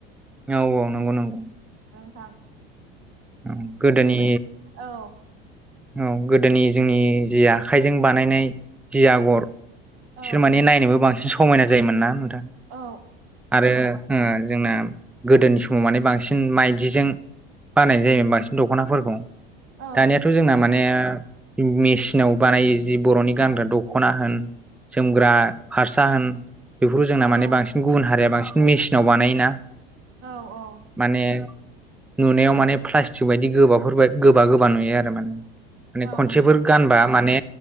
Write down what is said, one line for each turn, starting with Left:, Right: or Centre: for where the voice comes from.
Centre: औ औ नंगौ नंगौ
Right: थां
Centre: ओम गोदोनि
Right: औ
Centre: औ गोदोनि जोंनि जि आखाय जों बानायनाय जि आगर बिसोर
Right: औ
Centre: माने
Right: नोंथां
Centre: नायनोबो बांसिन समायना जायोमोन ना थां
Right: औ
Centre: आरो ओ जोंना गोदोनि समाव माने बांसिन माइदिजों बानायनाय जायोम बांसिन दख'नाफोरखौ
Right: औ
Centre: दानियाथ' जोंना माने मेसिनाव बानायो जि बर'नि गानग्रा दख'ना होन जोमग्रा फारसा होन बेफोरखौ जोंना
Right: औ
Centre: माने बांसिन गुबुन हारिया बांसिन मेसिनाव बानायोना
Right: औ औ
Centre: माने नुनायाव माने प्लास्टिक बायदि गोबाफोर बा गोबा गोबा नुयो आरो माने माने
Right: औ
Centre: खनसेफोर
Right: नोंथां
Centre: गानबा माने